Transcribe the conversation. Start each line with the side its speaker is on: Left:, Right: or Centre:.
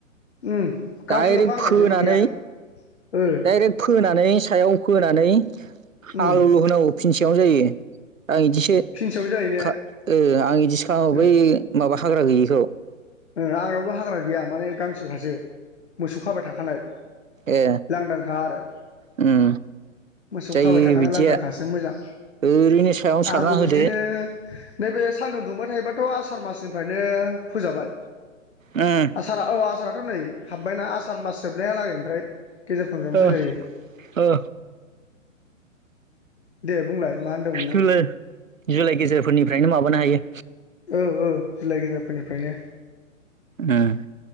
Left: उम गांसेल'खा
Right: डाइरेक्ट
Left: आंनाव
Right: फोनानै
Left: जेबो गैया ओ
Right: डाइरेक्ट फोनानै सायाव फोनानै हालौल'
Left: उम
Right: होनांगौ। फिनसेयावनो जायो आं बिदिसो
Left: फिनसेयाव जायो ने
Right: आं बिदिसो खालामो
Left: ओ
Right: बै माबा हाग्रा गैयिखौ।
Left: ओ आंनावबो हाग्रा गैया माने गांसोखासो। मोसौ खाबाय थाखानाय
Right: ए
Left: लांदांखा आरो
Right: उम
Left: मोसौ
Right: जायो
Left: खाबाय थाखानाय
Right: बिदिया
Left: लांदांखासो मोजां
Right: ओरैनो सायावनो सारना
Left: आंबो
Right: होदो
Left: बिदिनो नैबे सान्दुं दुंबाय थायोबाथ' आसार मासनिफ्रायनो फोजाबाय।
Right: ओम
Left: आसारा औ आसाराथ' नै हाबबायना आसार सार मास जोबनायालागै ओमफ्राय गेजेरफोरनिफ्रायनो
Right: ओ
Left: फोजायो
Right: ओ
Left: दे बुंलाय। मा होनदोंमोन नों
Right: जुलाइ जुलाइ गेजेरफोरनिफ्रायनो माबानो हायो।
Left: ओ ओ जुलाइ गेजेरफोरनिफ्रायनो।
Right: उम।